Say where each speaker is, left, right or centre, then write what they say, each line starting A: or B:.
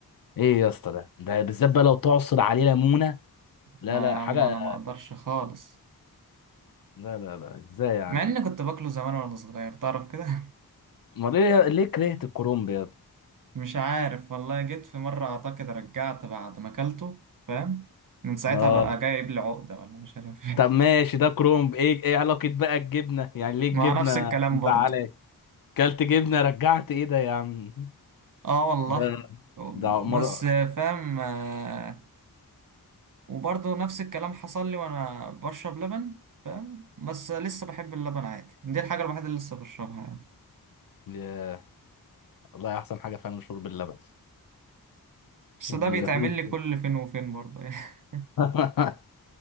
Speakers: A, on the left; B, on the right.
A: إيه يا اسطى ده ده بالذات بقى لو تعصر عليه ليمونة لا
B: ما
A: لا
B: يا عم
A: حاجة
B: انا ما اقدرش خالص
A: لا لا لا إزاي يعني
B: مع اني كنت باكله زمان وانا صغير تعرف كده
A: أمال ليه ليه كرهت الكرنب يا ابني؟
B: <laughs> مش عارف والله جيت في مرة اعتقد رجعت بعد ما اكلته فاهم من ساعتها
A: آه
B: بقى مم. جايب لي عقدة ولا مش عارف <laughs> إيه.
A: طب ماشي ده كرنب إيه إيه علاقة بقى الجبنة يعني ليه الجبنة
B: ما نفس الكلام
A: مزعلاك
B: برضو
A: كلت جبنة رجعت إيه ده يا عم
B: اه والله
A: ده ده
B: بس
A: مرة
B: فاهم آه، وبرضو نفس الكلام حصل لي وانا بشرب لبن فاهم بس لسه بحب اللبن عادي دي الحاجة الوحيدة اللي لسه بشربها يعني
A: ياه، والله أحسن حاجة فعلا شرب اللبن
B: بس
A: بيبقى
B: ده بيتعمل
A: فيه
B: لي كل فين وفين برضه يعني <laughs>
A: <laughs>